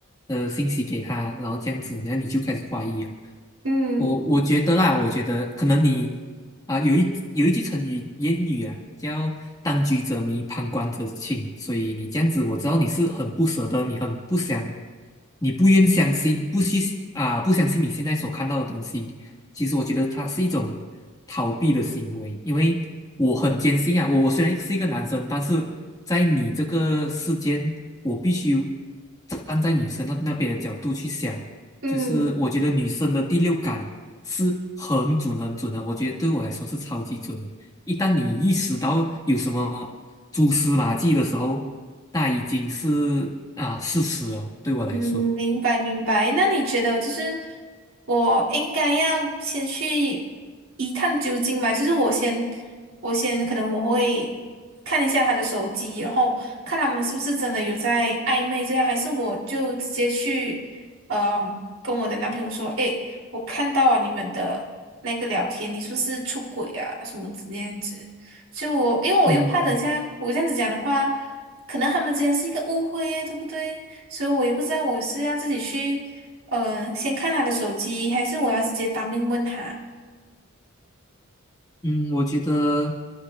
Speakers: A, on the left; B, on the right.
A: 呃信息给他，然后这样子，然后你就开始怀疑了。
B: 嗯
A: 我我觉得啦，我觉得可能你啊、有一有一句成语谚语啊，叫“当局者迷，旁观者清”。所以你这样子，我知道你是很不舍得，你很不想，你不愿相信，不去啊、不相信你现在所看到的东西。其实我觉得它是一种逃避的行为，因为我很坚信啊，我我虽然是一个男生，但是在你这个世间，我必须站在女生那那边的角度去想。
B: 嗯，
A: 就是我觉得女生的第六感是很准很准的，我觉得对我来说是超级准的。一旦你意识到有什么蛛丝马迹的时候，那已经是啊事实哦。对我来说。
B: 嗯，明白明白。那你觉得就是我应该要先去一探究竟嘛？就是我先，我先可能我会看一下他的手机，然后看他们是不是真的有在暧昧这样，还是我就直接去，嗯、跟我的男朋友说，诶，我看到了你们的那个聊天，你是不是出轨啊？什么之样子？就我，因为我又怕等一下我这样子讲的话，
A: 嗯嗯
B: 可能他们之间是一个误会耶，对不对？所以我也不知道我是要自己去，呃，先看他的手机，还是我要直接当面问他。
A: 嗯，我觉得